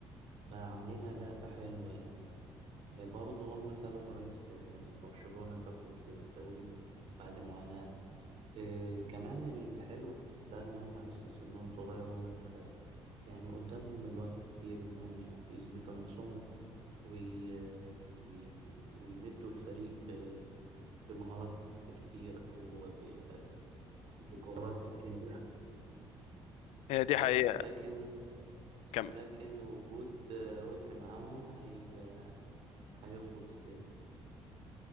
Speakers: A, on the right (about 65°); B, on the left (about 80°).
A: فعاملين اداء حلو يعني آه، برضه هم سبب رئيسي في ان برشلونة تاخد الدوري بعد معاناة إيه كمان الحلو في ده إن هما لسه سنهم صغير هما التلاتة يعني قدامهم الوقت كتير إنهم ي- يثبتوا نفسهم وي... وي... ويمدوا الفريق ب... بمهارات كتير أو ب... بكورات كتير يعني
B: هي دي حقيقه
A: بس لكن
B: كمل
A: لكن وجود آه، رودري معاهم هي... هيظبط الدنيا